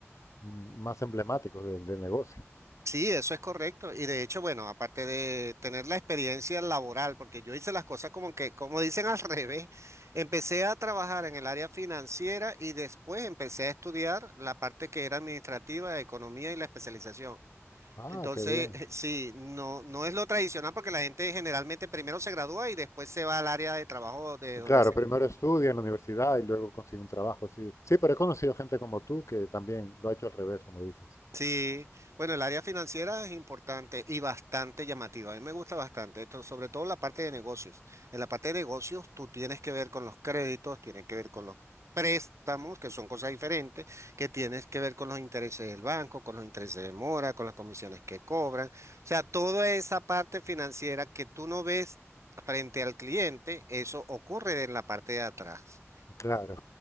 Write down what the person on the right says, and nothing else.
Sí, eso es correcto. Y de hecho, bueno, aparte de tener la experiencia laboral, porque yo hice las cosas como que, como dicen al <laughs> revés, empecé a trabajar en el área financiera y después empecé a estudiar la parte que era administrativa, economía y la especialización.
Entonces,
<laughs> sí, no, no es lo tradicional porque la gente generalmente primero se gradúa y después se va al área de trabajo de donde
se
graduó.
Sí, bueno, el área financiera es importante y bastante llamativa. A mí me gusta bastante, esto, sobre todo la parte de negocios. En la parte de negocios, tú tienes que ver con los créditos, tienes que ver con los préstamos, que son cosas diferentes, que tienes que ver con los intereses del banco, con los intereses de mora, con las comisiones que cobran. O sea, toda esa parte financiera que tú no ves frente al cliente, eso ocurre en la parte de atrás.